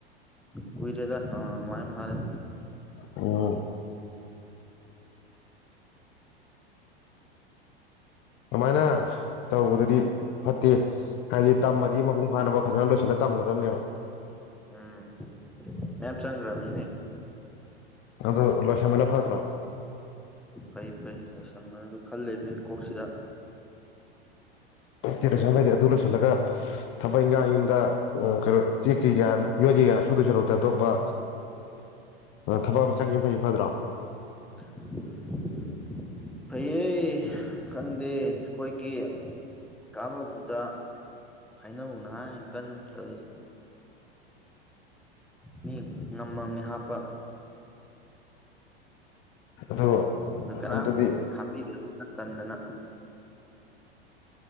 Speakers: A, in the centre; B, on the left.
A: ꯀꯨꯏꯔꯦꯗꯥ ꯑ ꯑꯗꯨꯃꯥꯏ ꯐꯥꯔꯦ
B: ꯑꯣ ꯁꯨꯃꯥꯏꯅ ꯇꯧꯕꯗꯨꯗꯤ ꯐꯠꯇꯦ ꯍꯥꯏꯗꯤ ꯇꯝꯃꯗꯤ ꯃꯄꯨꯡ ꯐꯥꯅꯕ ꯐꯖꯅ ꯂꯣꯏꯁꯤꯜꯂꯒ ꯇꯝꯒꯗꯕꯅꯦꯕ
A: ꯎꯝ ꯃꯌꯥꯝ ꯆꯪꯈ꯭ꯔꯃꯤ ꯅꯦ
B: ꯑꯗꯣ ꯂꯣꯏꯁꯟꯕꯅ ꯐꯠꯇ꯭ꯔꯣ
A: ꯐꯩ ꯐꯩ ꯂꯣꯏꯁꯟꯕꯥꯗꯨ ꯈꯜꯂꯤꯕꯅꯤ ꯀꯣꯛꯁꯤꯗ
B: ꯑꯣꯇꯤ ꯂꯣꯏꯁꯤꯟꯕ ꯂꯣꯏꯔꯥꯗꯤ ꯑꯗꯨ ꯂꯣꯏꯁꯤꯜꯂꯒ ꯊꯕꯛ ꯏꯪꯈꯥꯡ ꯌꯨꯝꯗ ꯀꯩꯅꯣ ꯆꯦꯛ ꯀꯩꯀꯥ ꯌꯣꯠ ꯀꯩꯀꯥ ꯆꯍꯤ ꯀꯌꯥ ꯁꯨꯗꯣꯏ ꯁꯥꯔꯨꯛꯇꯩ ꯑꯇꯣꯞꯄ ꯊꯕꯛ ꯑꯃ ꯆꯠꯈꯤꯕꯅ ꯐꯩ ꯐꯠꯇ꯭ꯔꯣ
A: <unintelligible> ꯐꯩꯌꯦ ꯈꯪꯗꯦ ꯑꯩꯈꯣꯏꯒꯤ ꯀꯥ ꯕꯥꯕꯨꯗ ꯍꯥꯏꯅꯧꯅ ꯍꯥꯏꯔꯤꯃꯦ ꯀꯟꯅ ꯇꯧꯔꯤꯁꯦ ꯃꯤ ꯉꯝ ꯃꯥꯃꯦ ꯍꯥꯞꯄ
B: ꯑꯗꯨ
A: ꯑꯗꯨ ꯀꯅꯥꯝꯒꯤ
B: ꯑꯝꯇꯗꯤ
A: ꯍꯥꯞꯄꯤꯗꯕꯁꯤꯗ ꯇꯟꯗꯅ